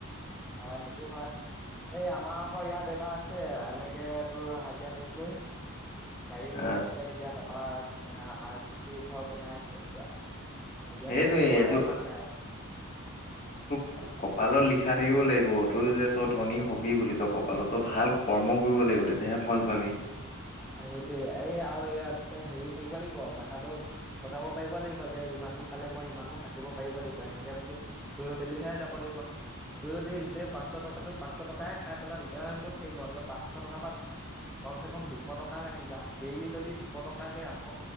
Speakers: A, in the centre; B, on the left.
A: হয়, সেইটো হয়। এ, আমাৰ আকৌ ইয়াত এটা আছে, এনেকে তোৰ হাজিৰা কৰি কৰি গাড়ী কিনি
B: আহ
A: নিলে, এতিয়া তাৰপা এ আৰ চি চিৰ ঘৰ বনাই আছে পুৰা। হাজিৰা
B: সেইটোৱে
A: কৰা মানু্হ, আমাৰে
B: এইটো
A: ইমান নাই।
B: তোক, কপালত লিখা থাকিব লাগিব। তই যে তই ধনী হ'বি বুলি, তই কপালত তই ভাল কৰ্ম কৰিব লাগিব, তেতিয়াহে ফল পাবি।
A: সেইটোয়ে, এই আৰু ইয়াত হেৰি থাকিব লাগিব- মাথাটো। খটাব পাৰিব লাগিব যে ইমানটো খালে মই ইমানটো সাঁচিব পাৰিব লাগিব এনেকে বুলি। থৈ মেলিহে যাব লাগিব। তই যদি গোটেই পাঁচশ টকাটো পাঁচশ টকাই খাই পেলা তেতিয়াহ'লে ক'ত থাকিব? পাঁচশ টকাৰ পা কমচে কম দুশ টকা ৰাখি যা। ডেইলি যদি দুশ টকাকে ৰাখ'।